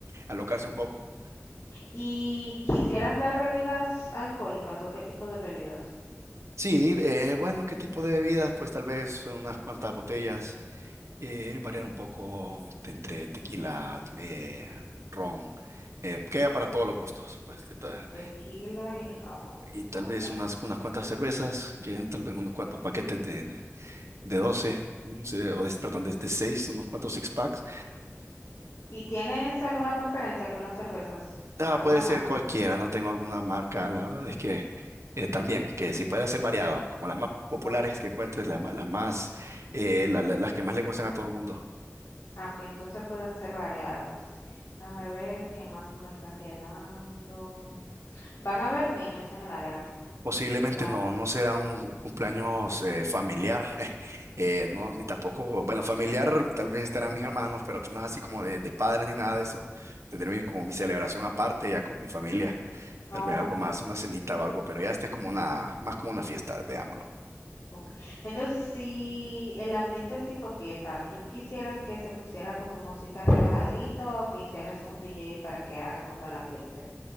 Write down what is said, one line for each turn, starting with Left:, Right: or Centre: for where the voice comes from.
Right: alocarse un poco.
Left: ¿Y quisieras dar bebidas alcohólicas o qué tipo de bebidas?
Right: Sí, eh, bueno, ¿qué tipo de bebidas? Pues tal vez unas cuantas botellas, eh, variar un poco de entre tequila, eh, ron, eh, que haya para todos los gustos, pues de ta-
Left: Tequila y ron.
Right: y tal
Left: Ok,
Right: vez unas, unas cuantas cervezas, que hayan tal vez unos cuantos
Left: cerveza.
Right: paquetes de, de, de 12, un se- o de- perdón, de, de 6, unos cuantos six packs.
Left: ¿Y tienes alguna preferencia con las cervezas?
Right: Ah,
Left: ¿Alguna
Right: puede ser
Left: marca?
Right: cualquiera, no tengo alguna marca, la verdad es que eh, también, que sí puede ser variado, como las más populares
Left: Ok,
Right: que encuentres, las más, las más, eh, la- la- las que más le gustan a todo el mundo.
Left: ah, ok, entonces pueden ser variados. Déjame ver qué más se me está quedando. ¿Van a haber niños en el área?
Right: Posiblemente
Left: O sea,
Right: no, no será un, un cumpleaños eh, familiar, <laughs> eh, no, ni tampoco, bueno, familiar tal vez estarán mis hermanos, pero no es así como de, de padres ni nada de eso. Tendré mi- como mi celebración aparte ya con mi familia,
Left: eh,
Right: tal
Left: ok.
Right: vez algo más, una cenita o algo, pero ya este es como una, más como una fiesta, veámoslo.
Left: Ok. Entonces, si el ambiente es tipo fiesta, ¿tú quisieras que se pusiera como música relajadita o quisieras un DJ para que haga como el ambiente?